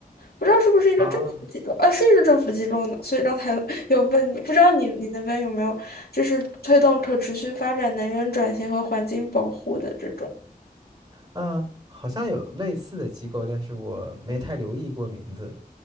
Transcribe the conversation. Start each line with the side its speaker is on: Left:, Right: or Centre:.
Left: 不知道是不是一个政府机构啊，
Right: 啊
Left: 是一个政府机构呢，所以刚才有问你，不知道你你那边有没有就是推动可持续发展、能源转型和环境保护的这种。
Right: 啊，好像有类似的机构，但是我没太留意过名字。